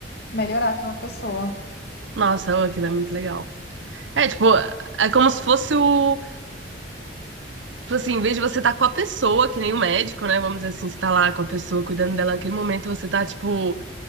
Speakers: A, on the left; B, on the right.
A: melhorar aquela pessoa.
B: Nossa, ô, aquilo é muito legal. É, tipo, é como se fosse o Tipo assim, em vez de você estar com a pessoa, que nem o médico, né? Vamos dizer assim, você tá lá com a pessoa, cuidando dela naquele momento, você tá, tipo,